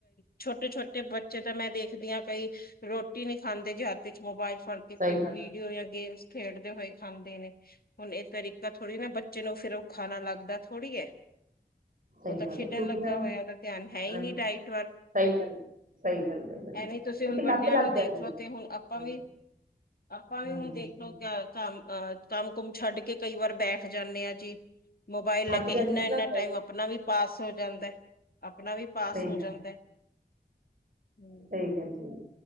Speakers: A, on the left (about 60°); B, on the right (about 50°).
A: ਛੋਟੇ ਛੋਟੇੇ। ਬੱਚੇ ਤਾਂ ਮੈਂ ਦੇਖਦੀ ਹਾਂ ਕਈ ਰੋਟੀ ਨੀ ਖਾਂਦੇ ਜੇ ਹੱਥ ਚ ਮੋਬਾਇਲ ਫੜ ਕੇ
B: ਸਹੀ
A: ਕੋਈ।
B: ਗੱਲ
A: ਓ ਜਾਂ ਗੇਮਸ ਖੇਡਦੇ ਹੋਏ ਖਾਂਦੇ ਨੇ। ਹੁਣ ਇਹ ਤਰੀਕਾ ਥੋੜ੍ਹੀ ਨਾ ਬੱਚੇ ਨੂੰ ਫਿਰ ਉਹ ਖਾਣਾ ਲੱਗਦਾ ਥੋੜ੍ਹੀ ਹੈ।
B: ਸਹੀ
A: ਉਹ ਤਾਂ
B: ਗੱਲ
A: ਖੇਡਣ
B: ਹੈ ਕਿਉਂਕਿ
A: ਲੱਗਾ
B: ਇਹਨਾਂ ਨੂੰ
A: ਹੋਇਆ ਦੈ ਧਿਆਨ ਹੈ ਹੀ
B: ਹਾਂਜੀ
A: ਨਹੀਂ ਡਾਇਟ ਵਾਲ।
B: ਸਹੀ ਗੱਲ ਹੈ। ਸਹੀ ਗੱਲ ਹੈ। ਬਿਲਕੁਲ
A: ਐਵੇਂ ਤੁਸੀਂ
B: ਕਿਉਂਕਿ
A: ਹੁਣ
B: ਲੱਤ
A: ਵੱਡਿਆਂ
B: ਲੱਗ
A: ਨੂੰ ਦੇਖਲੋ
B: ਜਾਂਦੀ ਹੈ
A: ਤੇ ਹੁਣ ਆਪਾਂ
B: ਹਾਂਜੀ
A: ਵੀ ਆਪਾਂ ਵੀ
B: ਹਾਂਜੀ
A: ਹੁਣ ਦੇਖਲਓ।
B: ਸਹੀ।
A: ਕੰਮ ਅਹ ਕੰਮ ਕੁਮ ਛੱਡ ਕੇ ਕਈ ਵਾਰ ਬੈਠ ਜਾਂਦੇ ਆ ਜੀ। ਮੋਬਾਇਲ
B: ਥੱਕ
A: ਲੈ ਕੇ
B: ਜਾਂਦੇ
A: ਇੰਨਾ ਇੰਨਾ
B: ਨਾ ਬੈ-
A: ਟਾਈਮ ਆਪਣਾ ਵੀ ਪਾਸ ਹੋ ਜਾਂਦਾ। ਆਪਣਾ ਵੀ। ਪਾਸ
B: ਸਹੀ
A: ਹੋ
B: ਗੱਲ।
A: ਜਾਂਦਾ ਹੈ। ਹਮ।
B: ਸਹੀ ਗੱਲ ਕੀ